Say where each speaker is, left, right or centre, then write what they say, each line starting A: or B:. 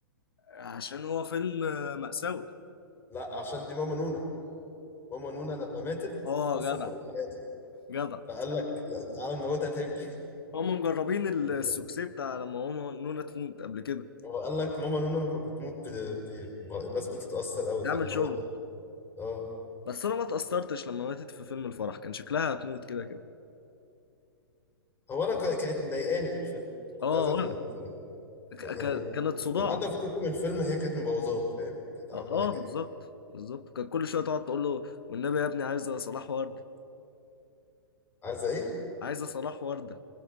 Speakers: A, on the left; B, on the left.
A: عشان هو فيلم مأساوي
B: لا عشان دي ماما نونا ماما نونا لما ماتت
A: اه
B: مصر
A: جدع
B: كلها ماتت
A: جدع
B: فقال لك لا تعالى نموتها تاني
A: هم مجربين السوكسي
B: <laughs>
A: بتاع لما هو نونا تموت قبل كده
B: هو قال لك ماما نونا لما بتموت ب... ب... ما- الناس بتتأثر قوي
A: تعمل
B: فالموت
A: شغل
B: اه
A: بس انا ما اتأثرتش لما ماتت في فيلم الفرح كان شكلها هتموت كده كده
B: هو انا ك- كانت مضايقاني في الفيلم كنت
A: اه
B: عايزة تموت
A: وانا
B: صراحة.
A: ك-
B: ك- يعني
A: ك- كانت صداع
B: الهدف كله من الفيلم هي كانت مبوظاه فاهم كانت عامة
A: اه آه،
B: كده
A: بالظبط بالظبط كان كل شويه تقعد تقول له والنبي يا ابني عايزه صلاح ورده
B: عايزة ايه
A: عايزه صلاح ورده